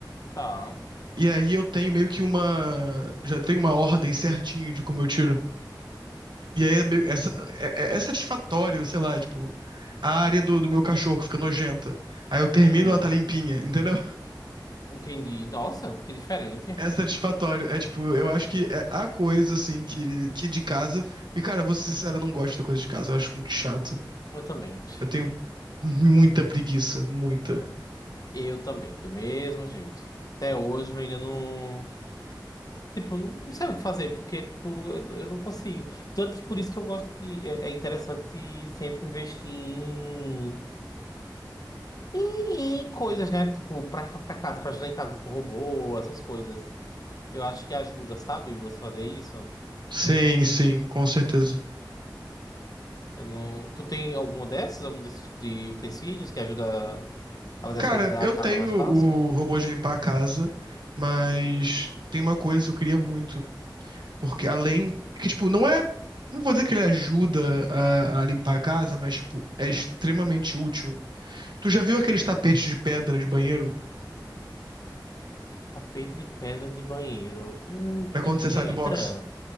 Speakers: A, on the left (about 50°); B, on the right (about 70°).
A: Tá.
B: E aí eu tenho meio que uma. Já tenho uma ordem certinho de como eu tiro. E aí é, meio, é, sa- é- é- é satisfatório, sei lá, tipo, a área do, do meu cachorro fica nojenta. Aí eu termino,
A: Hum,
B: ela tá limpinha, entendeu?
A: entendi. Nossa, que diferente.
B: É satisfatório. É tipo, eu acho que é a coisa, assim, que, que de casa. E, cara, vou ser sincero, eu não gosto da coisa de casa. Eu acho muito chato.
A: Eu também.
B: Eu tenho muita preguiça, muita.
A: Eu também, do mesmo jeito. Até hoje eu ainda não. Tipo, eu não, não sei o que fazer, porque tipo, eu, eu não consigo. Tanto que por isso que eu gosto de. É, é interessante sempre investir em, em, em coisas, né? Tipo, pra, pra casa, pra ajudar em casa, tipo, robô, essas coisas. Eu acho que ajuda, sabe? Você fazer isso.
B: Sim, sim, com certeza.
A: Eu não... Tu tem alguma dessas, algum desse tipo de utensílios que ajuda a fazer
B: Cara,
A: as coisas da
B: eu
A: casa
B: tenho
A: mais fácil?
B: o robô de limpar a casa, mas tem uma coisa que eu queria muito. Porque além. é Que, tipo, não é. Não vou dizer que ele ajuda a, a limpar a casa, mas, tipo, é extremamente útil. Tu já viu aqueles tapetes de pedra de banheiro?
A: Tapete de pedra de banheiro. Hum,
B: Pra
A: de
B: quando você sai
A: pedra?
B: do box?